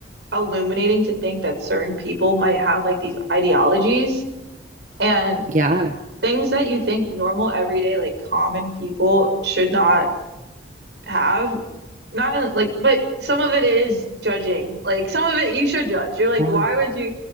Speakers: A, on the right; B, on the right.
A: illuminating to think that certain people might have like these ideologies and
B: yeah. Yeah.
A: things that you think normal, everyday, like common people should not have. Not like, but some of it is judging. Like some of it you should judge. You're like,
B: yeah.
A: why would you?